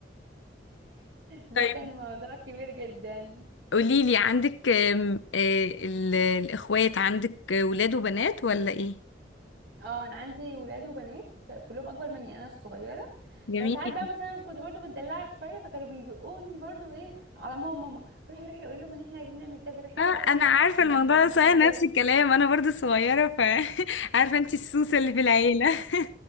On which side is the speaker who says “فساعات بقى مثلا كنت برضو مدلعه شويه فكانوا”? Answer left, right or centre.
Right